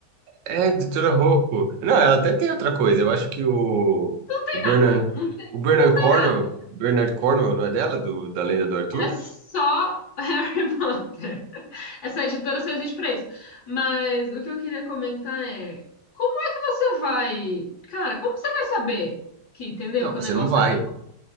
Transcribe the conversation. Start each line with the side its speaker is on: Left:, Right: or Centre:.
Right: É, doutora Rocco. Não, ela até tem outra coisa. Eu acho que o,
Left: Não tem
Right: o Bernard,
Left: nada. Não tem,
Right: o Bernard
Left: não tem
Right: Cornwell,
Left: nada.
Right: Bernard Cornwell, não é dela, do, da Lenda do Arthur?
Left: É só Harry <laughs> Potter. Essa editora só existe pra isso. Mas o que eu queria comentar é: como é que você vai. Cara, como você vai saber que, entendeu?
Right: Não,
Left: Que
Right: você
Left: o negócio
Right: não vai.
Left: era.